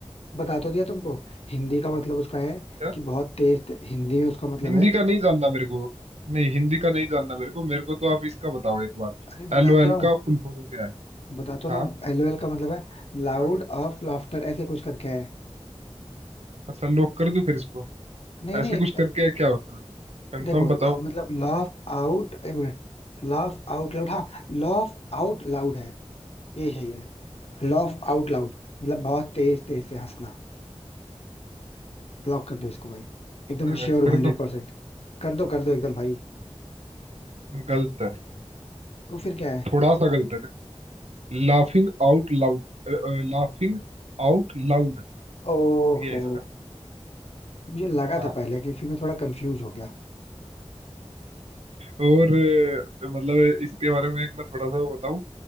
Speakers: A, on the left; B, on the right.
A: बता तो दिया तुमको हिंदी
B: अच्छा
A: का मतलब उसका है
B: क्या
A: कि बहुत तेज ते, हिंदी में उसका मतलब
B: हिंदी
A: है
B: का नहीं जानना मेरे को नहीं हिंदी का नहीं जानना मेरे को मेरे को तो आप इसका बताओ एक बार
A: अरे बता
B: एल ओ एल
A: तो रहा हूँ
B: का फुल फॉर्म क्या है
A: बता तो रहा
B: हाँ
A: हूँ एलओएल का मतलब है लाउड
B: हाँ
A: ऑफ लाफ्टर ऐसे कुछ करके है
B: अच्छा लॉक कर दूं फिर इसको
A: नहीं
B: ऐसे
A: नहीं
B: कुछ करके क्या होता है कंफर्म
A: देखो
B: बताओ
A: अ, मतलब लाफ आउट एक मिनट लाफ आउट लाउड हाँ लाफ आउट लाउड है ये सही है लाफ आउट लाउड मतलब बहुत तेज तेज से हंसना ब्लॉक कर दो इसको भाई एकदम
B: हाँ,
A: श्योर हूँ
B: कर
A: हंड्रेड
B: दो
A: परसेंट कर दो कर दो एकदम भाई
B: गलत है
A: तो फिर क्या है
B: थोड़ा सा गलत है देखो laughing out loud laughing out loud
A: ओहो
B: ये है इसका
A: मुझे लगा
B: हाँ
A: था पहले कि फिर मैं थोड़ा कंफ्यूज हो गया
B: और अ, मतलब इसके बारे में एक मैं थोड़ा सा बताऊं